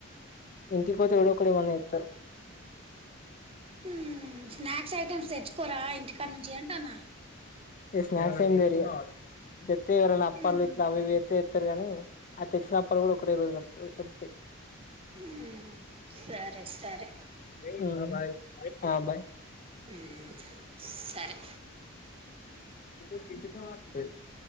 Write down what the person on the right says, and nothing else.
ఉమ్ స్నాక్స్ ఐటమ్స్ తెచ్చుకోరా ఇంటికాడ నుంచి అంటానా
ఉమ్
ఉమ్ సరే సరే
ఉమ్ సరే